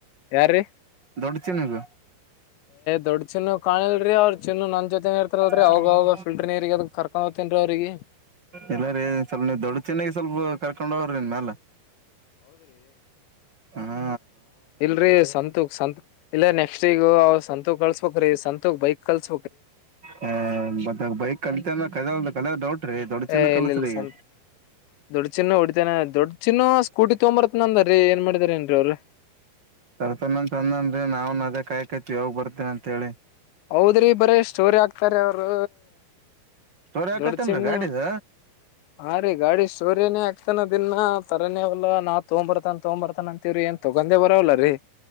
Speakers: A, on the left (about 80°); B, on the right (about 35°).
A: ಯಾರೀ
B: ದೊಡ್ತಿನಗ
A: ದೊಡ್ ಚಿನ್ನು ಕಾಣಿಲ್ರಿ ಅವ್ರ ಚಿನ್ನು ನನ್ ಜೊತೆನೆ ಇರ್ತರಲ್ರಿ
B: ಮಾಡ್ತಿನ್
A: ಅವಾಗ ಅವಾಗ ಫಿಲ್ಟರ್ ನೀರಿಗೆ ಅದಕ್ ಕರ್ಕೊಂಡ್ ಹೋಗ್ತೇನ್ರಿ ಅವ್ರಿಗೆ.
B: ಎಲ್ಲಾರ ಸ್ವಲ್ಪ ದೊಡ್ ಚೆನ್ನಾಗಿ ಸ್ವಲ್ಪ ಕರ್ಕೊಂಡ ಹೋಗ್ರ ನಿನ್ ಮೇಾಲ ಹ
A: ಇಲ್ರೀ ಸಂತೂಕ್ ಸಂತ ಇಲ್ಲ ನೆಕ್ಸ್ಟ್ ಈಗ ಸಂತೂಕ್ ಕಲ್ಸ್ಬಕ್್ರಿ ಸಂತೂಕ್ ಬೈಕ್ ಕಲ್ಸ್
B: ಹ ಮತ್ತಾಗ ಬೈಕ್ ಅಂತ ಅ ಕ ಕ ಡೌಟ್್ರಿ ದೊಡ್ ಚೆನ್ನ
A: ಏ
B: ಕಲ್ಸ್ರಿ
A: ಇಲ್ಲ ಇಲ್ಲ
B: ಈಗ
A: ಸಂತ್ ದೊಡ್ ಚಿನ್ನ ಹೊಡಿತಾನ ದೊಡ್ ಚಿನ್ನು ಸ್ಕೂಟಿ ತಗೊಂಬರತ್ ನಂದ್ರೀ ಏನ್ ಮಾಡಿದಾರ ಏನ್ರೀ ಅವ್ರರು
B: ತರ್ತನ ಅನ್ನ ದ್ರಿ ನಾವ್ನ್ ಅದೇ ಕಾಯ ಕತಿ ಯಾವಾಗ್ ಬರ್ತನ ಅಂತ ಹೇಳಿ
A: ಹೌದ್ರಿ ಬರೆ ಸ್ಟೋರಿ ಆಗ್ ಕ್ತರಿ ಅವ್ರು
B: ಸ್ಟೋರಿ ಹಾಕತ್ತೇನ್ರಿ
A: ದೊಡ್ಚಿನ್ನು
B: ಗಾಡಿದ
A: ಹಾ ರೀ ಗಾಡಿ ಸೂರ್ಯನೇ ಆಗ್ತಾನ ದಿನ್ನಾ ತರನೇವಲ್ಲಾ ನಾ ತಗೊಂಬ ಬರ್ತಾನ ತಗೊ ಬರ್ತಾನ ಅಂತ ರಿ ಏನ್ ತಗೊಂದೆ ಬರಲ್ಲ ರೀ